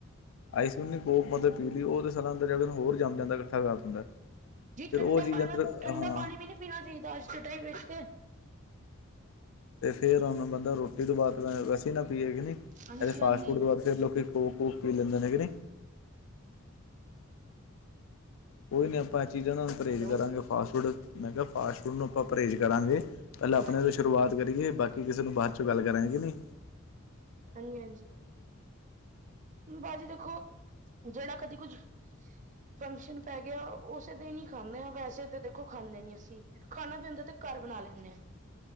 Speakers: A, on the left; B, on the right.
A: ਆਈਸਕ੍ਰੀਮ ਨੀ ਕੋਕ ਮਤਲਬ ਪੀਲੀ ਉਹ ਤੇ ਸਾਰਾ ਅੰਦਰ ਜਾ ਕੇ ਉਣੁ ਹੋਰ ਜੰਮ ਜਾਂਦਾ ਕੱਠਾ ਕਰ ਦਿੰਦਾ।
B: ਜੀ ਠੰਡਾ
A: ਫਿਰ ਉਹ ਚੀਜ਼
B: ਪਾਣਾ
A: ਅੰਦਰ
B: ਠੰਡਾ
A: ਹਾਂ
B: ਪਾਣੀ ਵੀ ਨੀ ਪੀਣਾ ਚਾਹੀਦਾ ਅੱਜ ਦੇ ਟਾਈਮ ਵਿੱਚ ਤੇ
A: ਤੇ ਫੇਰ ਹੁਣ ਬੰਦਾ ਰੋਟੀ ਤੋਂ ਬਾਅਦ ਵੈਸੀੇ ਨਾ ਪੀਏ ਕਿ ਨੀ
B: ਹਾਂਜੀ
A: ਇਹਦੇ ਫਾਸਟ
B: ਹਾਂਜੀ
A: ਫੂਡ ਤੋਂ ਬਾਅਦ ਫਰ ਲੋਕੀ ਕੋਕ ਕੂਕ ਪੀ ਲੈਂਦੇ ਹੈ ਕਿ ਨੀ ਕੋਈ ਨਹੀਂ ਆਪਾਂ ਇਹ ਚੀਜ਼ਾਂਨਾਂ ਨੂੰ ਪਰਹੇਜ਼
B: ਹੈਲੋ
A: ਕਰਾਂਗੇ ਫਾਸਟ ਫੂਡ, ਮੈਂ ਕਿਹਾ ਫਾਸਟ ਫੂਡ ਨੂੰ ਆਪਾਂ ਪਰਹੇਜ਼ ਕਰਾਂਗੇ। ਪਹਿਲਾਂ ਆਪਣੇ
B: ਹਾਂਜੀ
A: ਤੋਂ ਸ਼ੁਰੂਆਤ ਕਰੀਏ ਬਾਕੀ ਕਿਸੇ ਨੂੰ ਬਾਅਦ ਚੋਂ ਗੱਲ ਕਰਾਂਗੇ ਨੀ
B: ਹਾਂਜੀ-ਹਾਂਜੀ ਭਾਜੀ ਦੇਖੋ ਜਿਹੜਾ ਕਦੀ ਕੁੱਝ ਫੰਕਸ਼ਨ ਪੈ ਗਿਆ ਉਸੇ ਦਿਨ ਹੀ ਖਾਂਦੇ ਹਾਂ ਵੈਸੇ ਤਾਂ ਦੇਖੋ ਖਾਂਦੇ ਨੀ ਅਸੀਂ ਖਾਣਾ ਵੀ ਹੁੰਦਾ ਤੇ ਕਾਰ ਬਣਾ ਲੈਂਨੇ ਹਾਂ